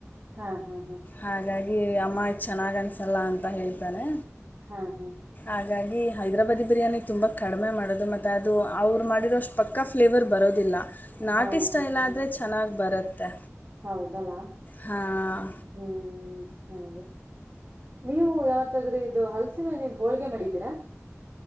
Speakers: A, on the right (about 45°); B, on the left (about 35°).
A: ಹಾ ಹಾ ಹಾ
B: ಹಾಗಾಗಿ ಅಮ್ಮ ಚೆನ್ನಾಗ್ ಅನ್ಸುತ್ತೆ ಅಲ್ಲ ಅಂತ ಹೇಳ್ತಾನೆ
A: ಹಾ ಹಾ
B: ಹಾಗಾಗಿ ಹೈದ್ರಾಬಾದಿ ಬಿರಿಯಾನಿ ತುಂಬಾ ಕಡಿಮೆ ಮಾಡೋದು ಮತ್ತೆ ಅದು ಅವ್ರು ಮಾಡಿರ ಅಷ್ಟು ಪಕ್ಕ ಫ್ಲೇವರ್ ಬರೋದಿಲ್ಲ ನಾಟಿ
A: ಹೌದೌದುದು
B: ಸ್ಟೈಲ್ ಆದರೆ ಚೆನ್ನಾಗಿ ಬರುತ್ತೆ
A: ಹೌದಲ್ಲಾ
B: ಹಾಂ
A: ಹ್ಮ್ ಹಾಗೆ ನೀವು ಯಾವತ್ತಾದ್ರೂ ಇದು ಹಲ್ಸಿನ ಹಣ್ಣಿಂದ ಹೋಳ್ಗೆ ಮಾಡಿದ್ದೀರಾ?